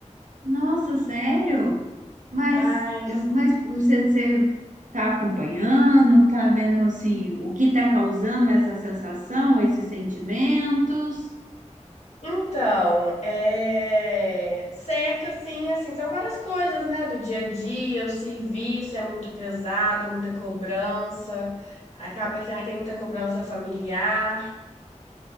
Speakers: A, on the right (about 90°); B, on the left (about 60°).
A: Nossa, sério? Mas,
B: Ai,
A: eu, mas você, você tá acompanhando, tá vendo assim, o que tá causando essa sensação, esses sentimentos?
B: então, é certo, assim, assim, são várias coisas, né? Do dia a dia, o serviço é muito pesado, muita cobrança. Acaba que também tem muita cobrança familiar.